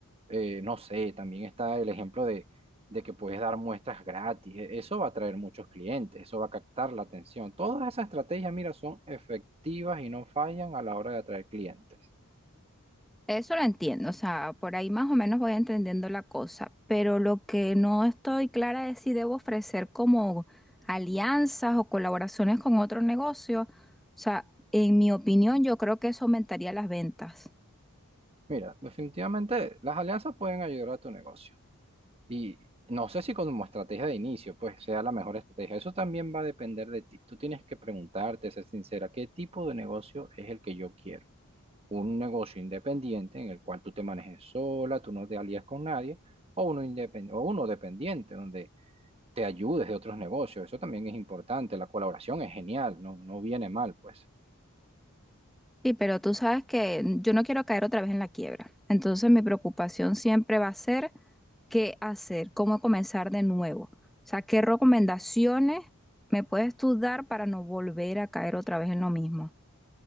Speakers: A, on the right; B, in the centre.
A: Eh, no sé, también está el ejemplo de, de que puedes dar muestras gratis. E- Eso va a atraer muchos clientes, eso va a captar la atención. Todas esas estrategias, mira, son efectivas y no fallan a la hora de atraer clientes.
B: Eso lo entiendo, o sea, por ahí más o menos voy entendiendo la cosa, pero lo que no estoy clara es si debo ofrecer como alianzas o colaboraciones con otro negocio. O sea, en mi opinión, yo creo que eso aumentaría las ventas.
A: Mira, definitivamente las alianzas pueden ayudar a tu negocio. Y no sé si como estrategia de inicio, pues sea la mejor estrategia. Eso también va a depender de ti. Tú tienes que preguntarte, ser sincera, ¿qué tipo de negocio es el que yo quiero? ¿Un negocio independiente en el cual tú te manejes sola, tú no te alías con nadie? ¿O uno, independ- o uno dependiente donde te ayudes de otros negocios? Eso también es importante. La colaboración es genial, no, no viene mal, pues.
B: Sí, pero tú sabes que yo no quiero caer otra vez en la quiebra. Entonces mi preocupación siempre va a ser qué hacer, cómo comenzar de nuevo. O sea, ¿qué recomendaciones me puedes tú dar para no volver a caer otra vez en lo mismo?